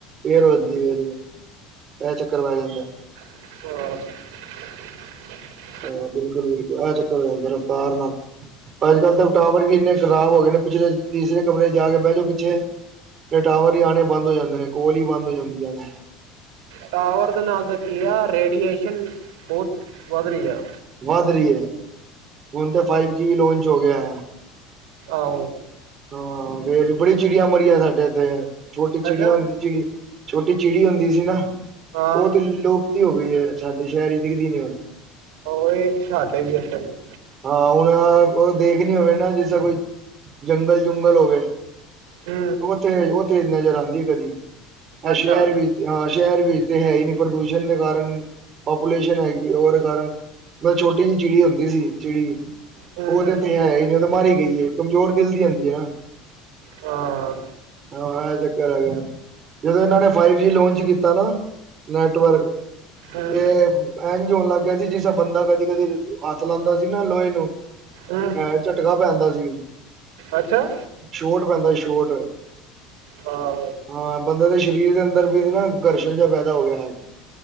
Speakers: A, on the right (about 35°); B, on the right (about 85°).
A: ਫੇਰ ਵੱਧਦੀ ਐ ਵਦੀਆ, ਐ ਚੱਕਰ ਪੈ ਜਾਂਦਾ।
B: <inaudible>
A: ਹਾਂ, ਬਿਲਕੁਲ -ਬਿਲਕੁਲ ਐ ਚੱਕਰ ਹੋ ਜਾਂਦਾ ਰਫਤਾਰ ਨਾਲ। ਅੱਜ -ਕੱਲ ਤਾਂ, ਟਾਵਰ ਵੀ ਇੰਨੇ ਖਰਾਬ ਹੋ ਗਏ ਨੇ, ਪਿਛਲੇ ਤੀਸਰੇ ਕਮਰੇ 'ਚ ਜਾ ਕੇ ਬੈਹ ਜਾਓ ਪਿੱਛੇ ਤੇ ਟਾਵਰ ਈ ਆਨੇ ਬੰਦ ਹੋ ਜਾਂਦੇ ਨੇ, ਕੌਲ ਈ ਬੰਦ ਹੋ ਜਾਂਦੀਆਂ ਨੇ।
B: ਟਾਵਰ ਦੇ ਨਾਲ ਦਾ ਕੀ ਐ, ਰੇਡੀਏਸ਼ਨ ਬੌਤ ਵੱਧ ਰਈ ਐ।
A: ਵੱਧ ਰਈ ਐ, ਹੁਨ ਤੇ ਫਾਈਵ ਜੀ ਲੋਂਚ ਹੋ ਗੇਆ ਐ।
B: ਆਹੋ।
A: ਹਾਂ, ਫੇਰ ਬੜੀ ਚਿੜੀਆਂ ਮਰੀਆਂ ਸਾਡੇ ਏਥੇ ਛੋਟੀ ਚਿੜੀਆਂ
B: ਅੱਛਾ
A: ਹੁੰਦੀ, ਚਿੜੀ ਛੋਟੀ ਚਿੜੀ ਹੁੰਦੀ ਸੀ ਨਾ,
B: ਹਾਂ
A: ਓ ਤੇ ਲੁਪਤ ਈ ਹੋ ਗਈ ਐ, ਸਾਡੇ ਸ਼ੈਹਰ ਦਿਖਦੀ ਨੀਂ ਹੁਨ।
B: <unintelligible>
A: ਹਾਂ, ਹੁਣ ਓ ਦੇਖਨੀ ਹੋਵੇ ਨਾ ਜਿਸ ਤਰਾਂ ਕੋਈ ਜੰਗਲ -ਜੁੰਗਲ ਹੋਵੇ।
B: ਹੂੰ।
A: ਓਥੇ- ਓਥੇ ਨਜਰ ਆਂਦੀ ਐ ਕਦੀ, ਐ ਸੈ਼ਹਰ
B: ਅੱਛਾ
A: ਵੀ ਹਾਂ, ਸੈ਼ਹਰ ਵਿੱਚ ਤੇ ਹੈ ਈ ਨੀਂ ਪ੍ਰਦੂਸ਼ਨ ਦੇ ਕਾਰਨ, ਪਾਪੂਲੇਸ਼ਨ ਹੈਗੀ ਓਦੇ ਕਾਰਨ ਬਸ ਛੋਟੀ ਜੀ ਚਿੜੀ ਹੁੰਦੀ ਸੀ, ਚਿੜੀ
B: ਹੂੰ
A: ਓ
B: ਹੂੰ
A: ਤੇ ਇੱਥੇ ਹੈ ਈ ਨੀਂ ਓ ਤੇ ਮਰ ਈ ਗਈ ਐ ਕਮਜੋਰ ਦਿਲ ਦੀ ਹੁੰਦੀ ਐ ਨਾ।
B: ਹਾਂ
A: ਹਾਂ ਐ ਚੱਕਰ ਹੈਗਾ, ਜਦੋਂ ਇਨਾਂ ਨੇ ਫਾਈਵ ਜੀ ਲੋਂਚ ਕੀਤਾ ਨਾ, ਨੈਟਵਰਕ
B: ਹਾਂ
A: ਤੇ, ਐੰਜ ਹੋਣ ਲੱਗ ਗੇਆ ਸੀ, ਜਿਸ ਤਰਾਂ ਬੰਦਾ ਕਦੀ- ਕਦੀ ਹੱਥ ਲਾਂਦਾ ਸੀ ਨਾ, ਲੋਏ ਨੂੰ
B: ਹੂੰ
A: ਐਂ, ਝਟਕਾ ਪੈਂਦਾ ਸੀ।
B: ਅੱਛਾ?
A: ਸੋ਼ਟ ਪੈਂਦਾ ਸੀ ਸੋ਼ਟ।
B: ਹਾਂ।
A: ਹਾਂ, ਬੰਦੇ ਦੇ ਸ਼ਰੀਰ ਦੇ ਅੰਦਰ ਵੀ ਨਾ, ਗਰਸ਼ਣ ਜੇਆ ਪੈਦਾ ਹੋ ਗੇਆ।